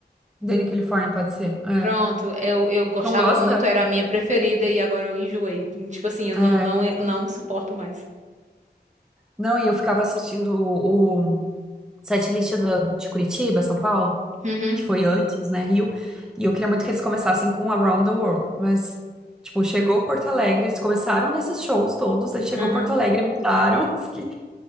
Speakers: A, in the centre; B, on the right.
A: Dani California pode ser. É.
B: Pronto, eu, eu gostava
A: Não gosta?
B: muito, era a minha preferida e agora eu enjoei. E, Tipo assim, eu não,
A: É.
B: não, eu não suporto mais.
A: Não, e eu ficava assistindo o, o setlist do- de Curitiba, São Paulo,
B: Uhum,
A: que foi antes, né, Rio. E eu queria muito que eles começassem com Around the World. Mas, tipo, chegou Porto Alegre, eles começaram nesses shows todos, aí chegou
B: uhum.
A: Porto Alegre e mudaram. <laughs> Fiquei